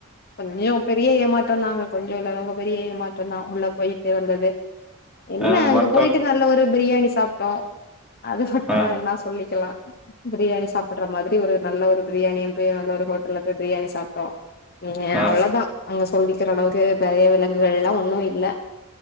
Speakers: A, on the left (about 45°); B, in the centre.
A: கொஞ்சம் பெரிய ஏமாற்றம் தாங்க கொஞ்சம் இல்ல ரொம்ப பெரிய ஏமாற்றம் தான் உள்ள போயிட்டு வந்தது என்ன
B: ஆ
A: அங்க
B: வர்த்தவன்
A: போயிட்டு நல்ல ஒரு பிரியாணி சாப்பிட்டோம் அது மட்டும்
B: ஆ,
A: வேண்ணா சொல்லிக்கலாம் பிரியாணி சாப்பிடுற மாதிரி எப்டியும் ஒரு நல்ல ஒரு பிரியாணியும் போயி நல்ல ஒரு ஹோட்டல்ல போயி பிரியாணி சாப்பிட்டோம் உம் இங்க
B: ஆ,
A: அவ்ளோதான் அங்க சொல்லிக்கிற அளவுக்கு பெரிய விலங்குகள் எல்லாம் ஒன்னும் இல்லை